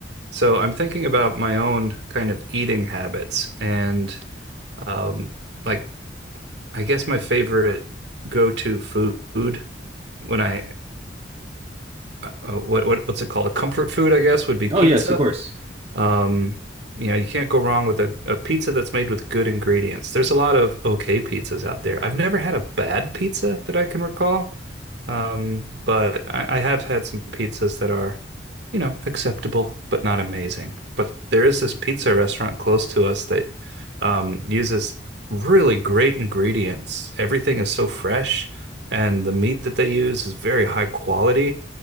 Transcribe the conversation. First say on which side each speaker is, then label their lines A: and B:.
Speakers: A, on the right; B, on the right.
A: So I'm thinking about my own kind of eating habits and um, like I guess my favorite go-to food when I uh, uh, what what what's it called? A comfort food, I guess, would be pizza.
B: Oh yes, of course.
A: Um, you know, you can't go wrong with a, a pizza that's made with good ingredients. There's a lot of okay pizzas out there. I've never had a bad pizza that I can recall, um, but I, I have had some pizzas that are, you know, acceptable but not amazing. But there is this pizza restaurant close to us that um, uses really great ingredients. Everything is so fresh, and the meat that they use is very high quality.